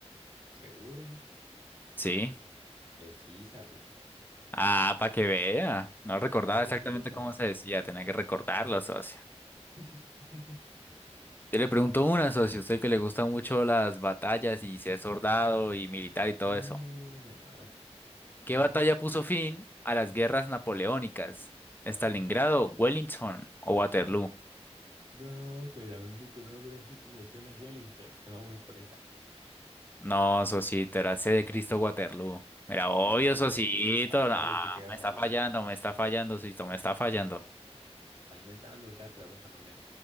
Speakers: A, on the right (about 45°); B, on the left (about 15°).
A: ¿Seguro?
B: Sí.
A: Pues sí, Satoshi.
B: Ah, para que vea.
A: Sí
B: No
A: le
B: recordaba
A: sabe,
B: exactamente
A: sí le sabe.
B: cómo se decía, tenía que recordarlo, socio.
A: <laughs>
B: Yo le pregunto una, socio, usted que le gustan mucho las batallas y si es soldado y militar y todo
A: No,
B: eso.
A: me madre.
B: ¿Qué batalla puso fin a las guerras napoleónicas? ¿Stalingrado, Wellington o Waterloo?
A: No, pues el único nombre así que me suena es Wellington. Ahorita vámonos por esa.
B: No, socito, era C de Cristo Waterloo. Mira, obvio,
A: nada
B: socito,
A: Daniel. Pablo,
B: no,
A: ¿y usted qué va
B: me
A: a saber
B: está fallando,
A: eso?
B: me está fallando, socito, me está fallando.
A: Está inventando esta pregunta más bien.